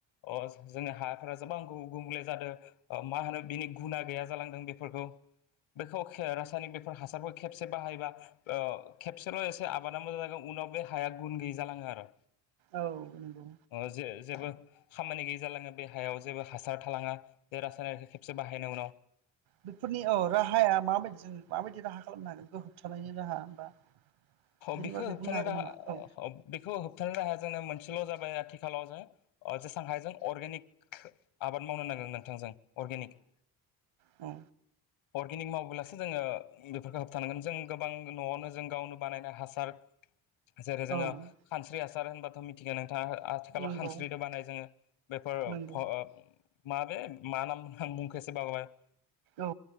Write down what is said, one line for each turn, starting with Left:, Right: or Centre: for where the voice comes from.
Left: अ जोंनि हाफोरा गोबां गुबुंले जादों। मा होनो बिनि गुना गैया जालांदों बेफोरखौ बेखौ रासायनिक बेफोर हासार खेबसे बाहायबा। ओ खेबसेल' एसे आबादा मोजां जागोन उनाव बे हाया गुन गैयै जालाङो आरो।
Right: औ नंगौ।
Left: ओ जे जेबो खामानि गैयै जालाङो बे हायाव जेबो हासार थालाङा। बे रासायनारिखौ खेबसे बाहायनाय उनाव
Right: बेफोरनि औ राहाया माबायदि माबायदि राहा खालामनो हागोन गोहोबथानायनि राहा बा बेनि
Left: बेखौ
Right: बागै
Left: होबथानो
Right: बुंनो हागोन
Left: राहा
Right: नामा औ
Left: बेखौ होबथानो राहाया जोंनो मोनसेल' जाबाय आथिखालाव जों ओ जेसां हाय जों अर्गेनिक आबाद मावनो नांगोन नोंथांजों अर्गेनिक।
Right: उ।
Left: अर्गेनिक मावबोलासो जोङो बेफोरखौ होबथानांगोन जों गोबां न'आवनो जों गावनो बानायनाय हासार जेरै जोङो
Right: औ
Left: खानस्रि हासार होनबाथ <unintelligible> नोंथाङा आथिखालाव
Right: नंगौ
Left: खानस्रिदो बानायो जोङो बेफोर <unintelligible>
Right: नंगौ
Left: माबे मा नाम आं बुंखोसो बावबाय
Right: औ